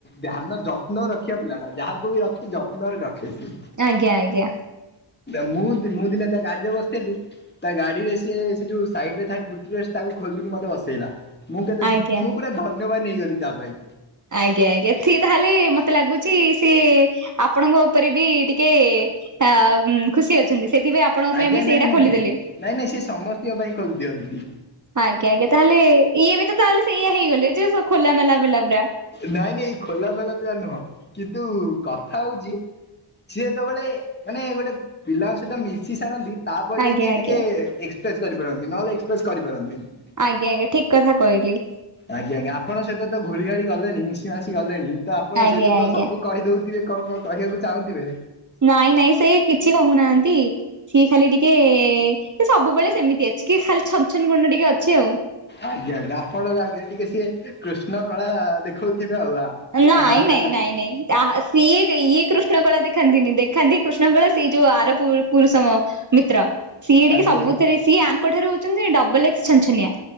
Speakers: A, on the left; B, on the right.
A: ଧ୍ୟାନ ଯତ୍ନ ରଖିବା ପିଲାଟା ଯାହାକୁ ବି ରଖି ଯତ୍ନ ରେ ରାଖେଇଛି।
B: ଆଜ୍ଞା ଆଜ୍ଞା
A: ମୁଁ ମୁଁ ଦିନେ ତା ଗାଡିରେ ବସିଥିଲି ତା ଗାଡି ରେ ସିଏ ସେ ଯୋଉ ସାଇଡ ରେ ଥାଏ ତାକୁ ଖୋଲିକି ମତେ ବସେଇଲା, ମୁଁ କେତେ
B: ଆଜ୍ଞା
A: ମୁଁ ପୁରା ଧନ୍ୟବାନ ନେଇଗଲି ତା ପାଇଁ।
B: ଆଜ୍ଞା ଆଜ୍ଞା ସେଏ ତାହେଲେ ମତେ ଲାଗୁଛି ଶିଏ ଆପଣଙ୍କ ଉପରେ ବି ଟିକେ ଅ ଖୁସି ଅଛନ୍ତି ସେଥିପାଇଁ ଆପଣଙ୍କ
A: ଆଜ୍ଞା
B: ପାଇଁ ବି ସେଇଟା
A: ନାଇଁ ନାଇ
B: ଖୋଲିଦେଲେ।
A: ନାଇଁ ନାଇଁ ନାଇଁ ସେ ସମସ୍ତଙ୍କ ପାଇଁ ଖୋଲିଦିଅନ୍ତି।
B: ଆଜ୍ଞା ଆଜ୍ଞା ତାହେଲେ ଇଏ ବି ତ ତାହେଲେ ସେଇୟଆ ହେଇଗଲେ, ଯେ ଖୋଲା ମେଲା ପିଲା ପୁରା।
A: ନାଇଁ ନାଇଁ ଖୋଲା ମେଲା ପିଲା ନୁହଁ, କିନ୍ତୁ କଥା ହଉଛି ସିଏ ଯେତେବେଳେ ମାନେ ଗୋଟେ ପିଲାଙ୍କ ସହିତ ମି ମିଶି ସାରନ୍ତି ତାପରେ
B: ଆଜ୍ଞା
A: ଯାଇକି
B: ଆଜ୍ଞା
A: ଟିକେ ଏକ୍ସପ୍ରେସ କରିପାରନ୍ତି, ନହେଲେ ଏକ୍ସପ୍ରେସ କରିପାରନ୍ତିନି।
B: ଆଜ୍ଞା ଆଜ୍ଞା ଠିକ କଥା କହିଲେ।
A: ଆଜ୍ଞା ଆଜ୍ଞା ଆପଣ ସହିତ ତ ଗୁଳି ଗାଳି ଗଲେଣି, ମିଶି ମାସି ଗଲେଣି, ତ ଆପଣ
B: ଆଜ୍ଞା
A: ସହିତ
B: ଆଜ୍ଞା
A: ତ ସବୁ କହିଦଉଥିବେ କଣ କଣ କହିବାକୁ ଚାହୁଁଥିବେ।
B: ନାଇଁ ନାଇଁ ସେ କିଛି କହୁନାହାନ୍ତି ସିଏ ଖାଲି ଟିକେ ସେ ସବୁବେଳେ ସେମିତି ଅଛି କି ଖାଲି ଛନଛନ ଗୁଣ ଟିକେ ଅଛି ଆଉ।
A: ଆଜ୍ଞା ଆଜ୍ଞା ଆପଣର ଆଗେ ଟିକେ ସିଏ କୃଷ୍ଣ କଳା ଦେଖଉଥିବେ ଆଉ ଆ।
B: ନାଁ
A: ଆମ ଆଗେ
B: ନହିଁ
A: ତ
B: ନଁ ନହିଁଜ ଯାହା ଇଏ ଇଏ କୃଷ୍ଣକଳା ଦେଖାନ୍ତିନି, ଦେଖାନ୍ତି କୃଷ୍ଣ କଳା ସେଇ ଯୋଉ ଆର ପୁରୁଷ ମିତ୍ର ସିଏ ଟିକେ
A: ଆଜ୍ଞା
B: ସବୁଥିରେ ସିଏ ଆଙ୍କ ଠାରୁ ହଉଛନ୍ତି ଡବଲ ଏକ୍ସ ଛଞ୍ଚନିଆ।